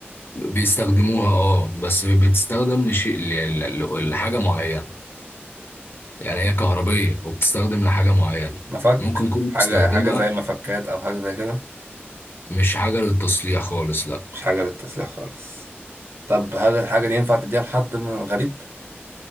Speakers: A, on the left; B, on the right.
A: بيستخدموها اه بس بتستخدم لشيء ل... ل... لحاجة معينة يعني هي كهربية وبتستخدم لحاجة معينة
B: مفك
A: ممكن تكون
B: حاجة
A: بتستخدمها
B: حاجة زي مفكات أو حاجة زي كده
A: مش حاجة للتصليح خالص لأ
B: مش حاجة للتسليح خالص طب هل الحاجة دي ينفع تديها لحد من غريب؟